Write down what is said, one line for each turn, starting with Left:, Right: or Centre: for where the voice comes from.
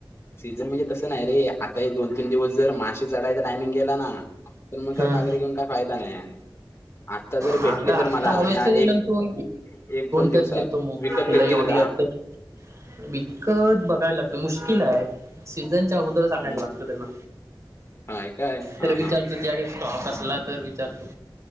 Left: सीझन म्हणजे तसं नाही रे, आता हे दोन तीन दिवस जर मासे चढायचं टायमिंग गेला ना, तर मग काही
Right: हम्म
Left: पागरी घेऊन काय फायदा नाही. आत्ता जर
Right: आता
Left: भेटली तर,
Right: आता
Left: मला
Right: हवेच
Left: या
Right: तुला
Left: एक
Right: तो
Left: एक दोन दिवसात
Right: तरी देतो मग
Left: विकत
Right: तुला
Left: भेटतील
Right: एवढी
Left: का?
Right: अडचण
Left: <inaudible>
Right: विकत बघाय लागत, मुश्किल आहे सीझनच्या अगोदर सांगायला
Left: हम्म
Right: लागतं त्याला.
Left: हाय काय हा
Right: तर विचारतो
Left: हा
Right: <unintelligible> कसला तर विचारतो